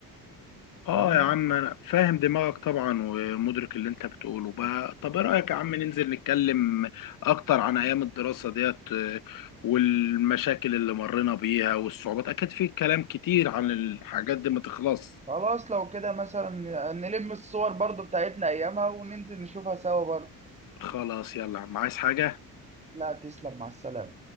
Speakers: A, on the left; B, on the right.
A: اه
B: فاهمني
A: يا عم انا فاهم دماغك طبعا ومدرك اللي انت بتقوله بقى طب ايه رايك يا عم ننزل نتكلم اكتر عن ايام الدراسه ديت آه، والمشاكل اللي مرينا بيها والصعوبات اكيد في كلام كتير عن الحاجات دي ما تخلص
B: خلاص لو كده مثلا نلم الصور برضو بتاعتنا ايامها وننزل نشوفها سوا برضو
A: خلاص يلا يا عم عايز حاجه
B: لا تسلم مع السلامة